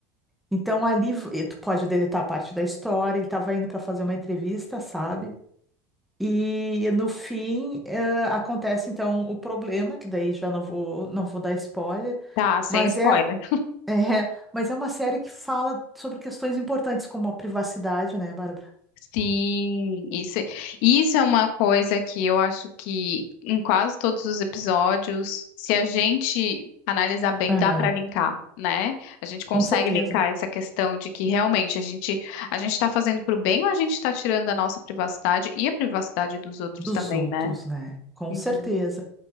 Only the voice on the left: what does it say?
Tá, sem
spoiler.
Sim, isso, é, isso é uma coisa que eu acho que em quase todos os episódios, se a gente analisar bem,
dá para linkar, né? A gente consegue
linkar essa questão de que realmente a gente a gente está fazendo para o bem ou a gente está tirando a nossa privacidade e a privacidade dos outros
também,
né?
Uhum.